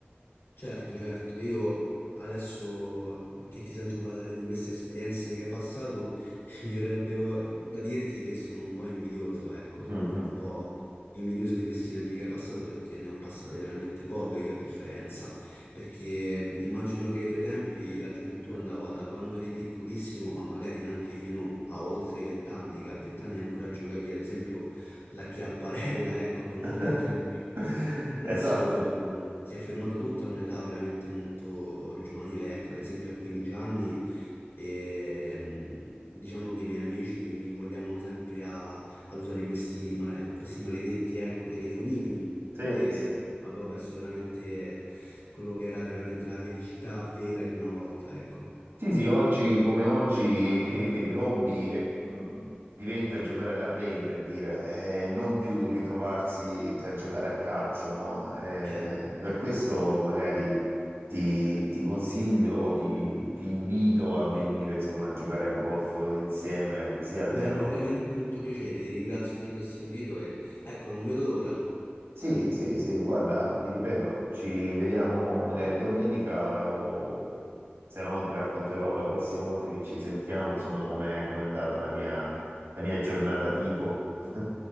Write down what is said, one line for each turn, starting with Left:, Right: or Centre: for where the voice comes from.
Left: Certo, certo, io adesso mhmm, che ti sento parlare di queste esperienze che hai passato, <laughs> mi verrebbe vo- da dirti che sono un po' invidioso, ecco, sono
Right: Mhm.
Left: un po' invidioso di questi tempi che hai passato perché ne ho passate veramente poche io a differenza, perché mh, immagino che ai tuoi tempi la gioventù andava da quando eri piccolissimo a magari anche fino a oltre i vent'anni, che a vent'anni ancora giocavi ad esempio alla chiapparella, ecco, con
Right: <laughs>
Left: vecchi amici. Adesso
Right: Esatto,
Left: mh, si è fermato tutto a un'età veramente molto giovanile, ecco, ad esempio a 15 anni, e, mh, diciamo che i miei amici mi invogliavano sempre a, ad usare questi, male- questi maledetti, ecco, telefonini
Right: sì,
Left: e
Right: sì.
Left: avevo perso veramente quello che era veramente la felicità vera di una volta, ecco.
Right: Sì, sì, oggi come oggi eh, l'hobby è, mh, diventa giocare alla play, per dire, eh, non più ritrovarsi per giocare a calcio, no? Eh,
Left: Certo.
Right: per questo magari ti, ti consiglio, o ti, ti invito a venire, insomma, a giocare a golf insieme, così almeno
Left: Mi farebbe veramente molto piacere, ti ringrazio di questo invito e ecco, non vedo l'ora.
Right: Sì, sì, sì, guarda, ti ripeto, ci vediamo magari domenica eh, o se no ti racconterò la prossima volta che ci sentiamo, insomma, com'è com'è andata la mia, la mia giornata tipo. <laughs>